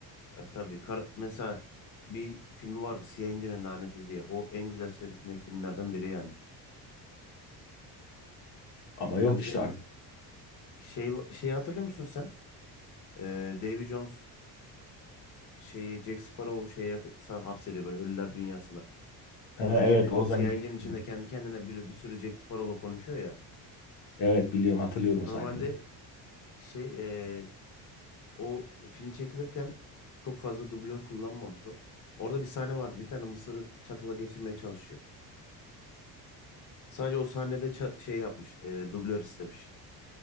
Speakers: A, on the left (about 45°); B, on the left (about 90°).
A: E, tabii kar mesela bir filmi vardı Siyah İnci'nin Laneti diye. O en güzel serisindeki filmlerden biri yani.
B: Ama
A: Yani
B: yok
A: bir
B: işte
A: de
B: artık.
A: şey şeyi hatırlıyor musun sen? Ee, Davy Jones şeyi Jack Sparrow şey yap sa- hapsediyor böyle ölüler dünyasına. Orada
B: Ha,
A: gemi
B: evet oradan
A: Siyah İnci'nin içinde
B: geliyor.
A: kendi kendine bir, bir sürü Jack Sparrow'la konuşuyor ya.
B: Evet biliyorum hatırlıyorum o
A: Normalde
B: sahneyi.
A: şey e, o film çekilirken çok fazla dublör kullanmamış o. Orada bir sahne vardı. Bir tane mısırı çatala geçirmeye çalışıyor. Sadece o sahnede ça- şey yapmış. E, dublör istemiş.